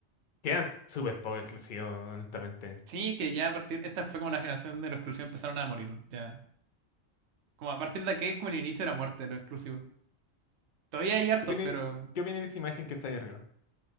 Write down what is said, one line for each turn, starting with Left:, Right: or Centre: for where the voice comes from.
Left: Quedan súper poco exclusivos, honestamente.
Right: Sí, que ya a partir, esta fue como la generación de los exclusivos empezaron a morir, ya. Como a partir de aquí es como el inicio de la muerte de los exclusivos. Todavía hay hartos,
Left: ¿Qué opinas,
Right: pero
Left: qué opinas de esa imagen que está ahí arriba?